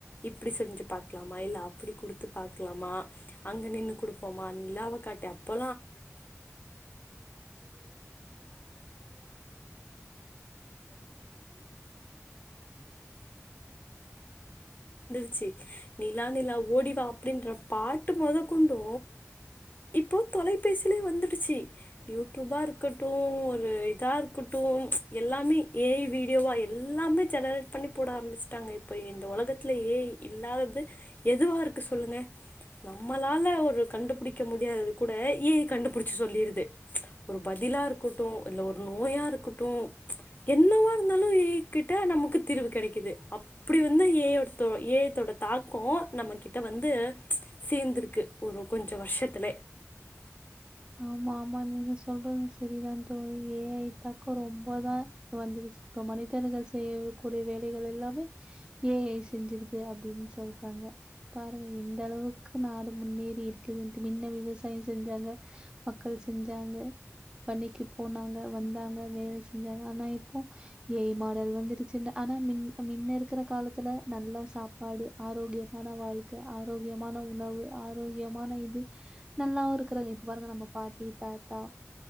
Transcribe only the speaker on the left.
அப்படி செஞ்சு பாக்கலாமா இல்லை அப்படி குடுத்து பாக்கலாமா அங்க நின்னு குடுப்போமா நிலாவை காட்டி அப் <unintelligible> ச்சி நிலா நிலா ஓடிவா அப்படின்ற பாட்டு மொத கொண்டு இப்போ தொலைபேசிலே வந்துடுச்சு யூடிபா இருக்கட்டு ஒரு இதா இருக்கட்டு ச்ச் எல்லாமே ஏ ஐ வீடியோவா எல்லாமே ஜெனரேட் பண்ணி போட ஆரம்பிஸ்ட்டாங்க இப்போ இந்த உலகத்து ஏ ஐ இல்லாதது எதுவாருக்கு சொல்லுங்க நம்மளால ஒரு கண்டுபிடிக்க முடியாதது கூட ஏ ஐ கண்டுபிடிச்சு சொல்லிருது ச்ச் ஒரு பதிலா இருக்கட்டு இல்ல ஒரு நோயா இருக்கட்டு ச்ச் என்னவா இருந்தாலு ஏ ஐ கிட்ட நமக்கு தீர்வு கெடைக்குது அப்புடி வந்து ஏ ஐ ஒருத்ரோ ஏ ஐ தோட தாக்க நம்ம கிட்ட வந்து ச்ச் சேந்திருக்கு ஒரு கொஞ்சோ வர்ஷத்துலே